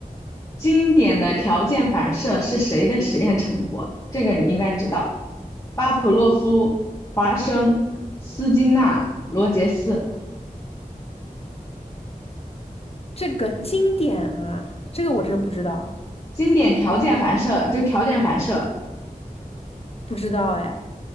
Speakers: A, on the left; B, on the left.
A: 经典的条件反射是谁的实验成果？这个你应该知道，巴甫洛夫、华生、斯金纳、罗杰斯。
B: 这个经典啊，这个我真不知道，
A: 经典条件反射，就条件反射。
B: 不知道哎，